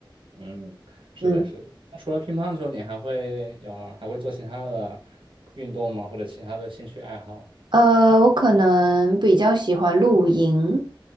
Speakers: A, on the right (about 80°); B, on the right (about 60°).
A: 嗯，是的，
B: 嗯，
A: 是的。除了乒乓球，你还会有还会做其他的运动吗？或者其他的兴趣爱好？
B: 呃，我可能比较喜欢露营，